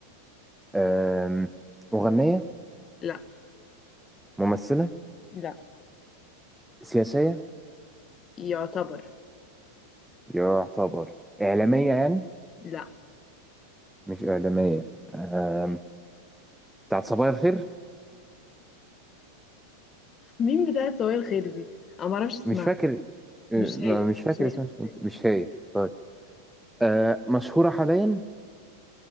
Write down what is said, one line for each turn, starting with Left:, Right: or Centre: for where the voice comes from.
Centre: آم، مغنية
Left: لا
Centre: ممثلة
Left: لا
Centre: سياسية
Left: يعتبر
Centre: يعتبر إعلامية يعني
Left: لا
Centre: مش إعلامية آم، بتاعت صبايا الخير
Left: مين بتاعت سوية الخير دي انا ما اعرفش اسمها
Centre: مش فاكر آه،
Left: مش
Centre: ما-
Left: هي
Centre: مش فاكر
Left: مش هي
Centre: اسمها
Left: مش
Centre: انت-
Left: هي
Centre: مش هي طيب آه مشهورة حاليا